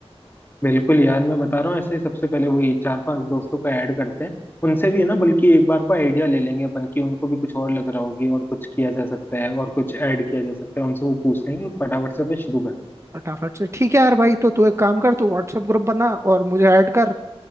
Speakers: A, on the left; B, on the right.
A: बिल्कुल यार मैं बता रहा हूँ ऐसे ही सबसे पहले वही चार पांच दोस्तों को ऐड करते हैं उनसे भी है ना बल्कि एक बार को आइडिया ले लेंगे अपन कि उनको भी कुछ और लग रहा होगी और कुछ किया जा सकता है और कुछ ऐड किया जा सकता है उनसे वो पूछ लेंगे और फटाफट से अपन शुरू करते हैं
B: फटाफट से ठीक है यार भाई तो तू एक काम कर तू व्हाट्सएप ग्रुप बना और मुझे ऐड कर